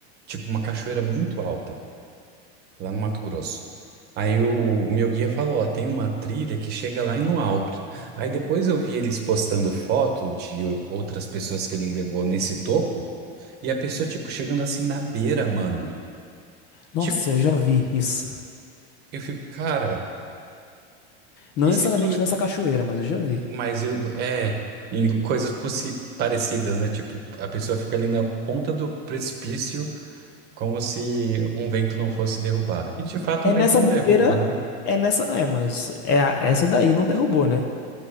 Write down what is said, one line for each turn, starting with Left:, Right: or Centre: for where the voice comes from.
Right: tipo uma cachoeira muito alta, lá no Mato Grosso. Aí o meu guia falou, ó, tem uma trilha que chega lá no alto. Aí depois eu vi eles postando foto de o- outras pessoas que ele levou nesse topo, e a pessoa, tipo, chegando assim na beira, mano.
Left: Nossa,
Right: Tipo,
Left: eu já vi isso.
Right: eu fico, cara,
Left: Não
Right: E
Left: necessariamente
Right: se tu
Left: nessa cachoeira, mas eu já vi.
Right: Mas eu, é, em coisas possi- parecidas, né? Tipo, a pessoa fica ali na ponta do precipício, como se um vento não fosse derrubar. E de fato,
Left: É
Right: um vento
Left: nessa
Right: não
Left: bobeira,
Right: derruba, né?
Left: é nessa, é, mas é a- essa daí não derrubou, né?